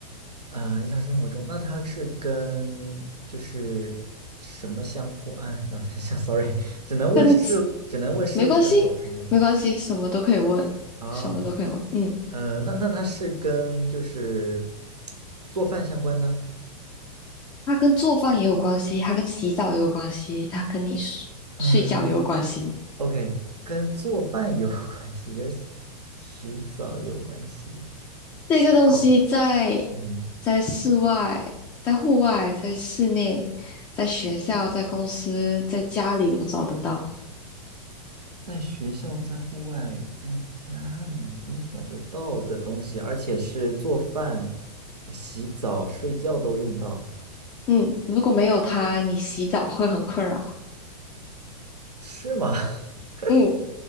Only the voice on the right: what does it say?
嗯，呃日常生活中，那它是跟就是什么相关？哎，让 <laughs> sorry，只能问是，
只能问是或者否是吗？
啊，
嗯，那那它是跟就是做饭相关的？
嗯，OK，跟做饭有 <laughs> 关系，跟洗洗澡也有关系。
哦，嗯。
在学校、在户外、在家里都找得到的东西，而且是做饭、呃洗澡、睡觉都用到，
是吗？<laughs>